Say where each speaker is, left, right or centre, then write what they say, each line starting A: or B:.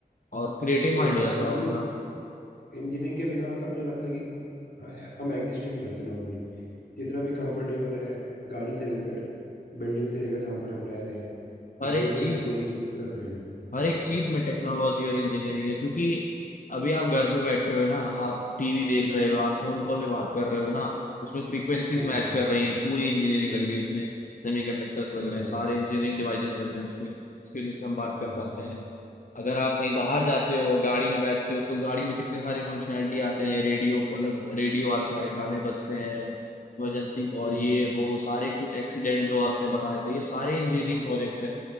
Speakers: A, on the left (about 55°); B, on the left (about 85°).
A: और क्रिएटिव
B: सही
A: माइंड
B: बात
A: हो जाता
B: इंजीनियरिंग
A: है उनका
B: इंजीनियरिंग के बिना मतलब मुझे लगता है कि हम एग्जिस्ट ही नहीं करते नॉर्मली जितना भी कंफर्टेबल है गाड़ी से लेकर बिल्डिंग से लेकर जहाँ पर हम रह रहे हैं और
A: हर
B: जो
A: एक
B: भी
A: चीज
B: हम टेक्नोलॉजी
A: में
B: यूज कर रहे हैं
A: हर एक चीज
B: हाँ
A: में टेक्नोलॉजी और इंजीनियरिंग है क्योंकि अभी आप घर पे बैठे हो ना आप टीवी देख रहे हो आप फोन कॉल में बात कर रहे हो ना उसमें फ्रीक्वेंसीज
B: हाँ
A: मैच कर रही हैं पूरी इंजीनियरिंग लग रही है उसमें सेमीकंडक्टर्स
B: सही
A: लग रहे
B: बात
A: हैं सारे
B: है
A: इंजीनियरिंग डिवाइसेस लग रहे हैं उसमें इसकी वजह से हम बात
B: हाँ
A: कर पाते
B: हाँ
A: हैं अगर आप कहीं बाहर जाते हो गाड़ी में बैठते हो तो गाड़ी में कितने सारे फंक्शनैलिटी आते हैं रेडियो मतलब रेडियो आता है गाने बजते हैं इमरजेंसी कॉल
B: हम्म
A: ये वो सारे कुछ एक्सीडेंट जो आते हैं बताए थे ये सारे इंजीनियरिंग प्रोजेक्ट्स हैं